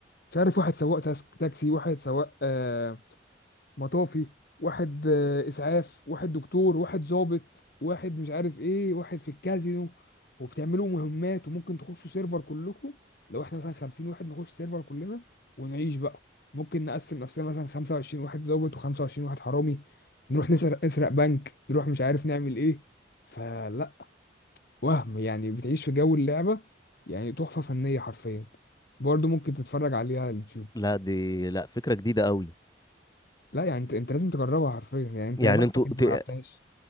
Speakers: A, on the left; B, on the left.
A: مش عارف واحد سواق تاس- تاكسي واحد سواق آه، مطافي واحد آه، اسعاف واحد دكتور واحد ضابط واحد مش عارف ايه واحد في الكازينو وبتعملوا مهمات وممكن تخشوا سيرفر كلكم لو احنا مثلا 50 واحد نخش سيرفر كلنا ونعيش بقى ممكن نقسم نفسنا مثلا 25 واحد ضابط و25 واحد حرامي نروح نسرق نسرق بنك نروح مش عارف نعمل ايه فلا وهم يعني بتعيش في جو اللعبة يعني تحفة فنية حرفيا برضه ممكن تتفرج عليها على اليوتيوب
B: لا دي لا فكرة جديدة قوي
A: لا يعني انت انت لازم تجربها حرفيا يعني انت
B: يعني
A: يا بختك
B: انتوا
A: انت
B: ت-
A: ما لعبتهاش